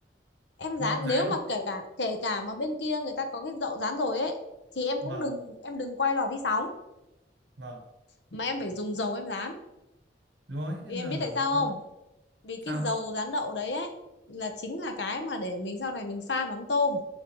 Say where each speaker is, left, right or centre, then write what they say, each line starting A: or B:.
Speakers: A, on the left; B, on the right.
A: em rán
B: đậu rán
A: nếu mà kể cả kể cả mà bên kia người ta có cái đậu rán rồi ấy thì em
B: vâng
A: cũng đừng em đừng quay lò vi sóng
B: vâng
A: mà em phải dùng dầu em rán
B: đúng rồi
A: vì
B: em
A: em
B: giờ
A: biết
B: rồi
A: tại sao không
B: đậu
A: vì cái
B: sao
A: dầu rán đậu đấy ấy là chính là cái mà để mình sau này mình pha mắm tôm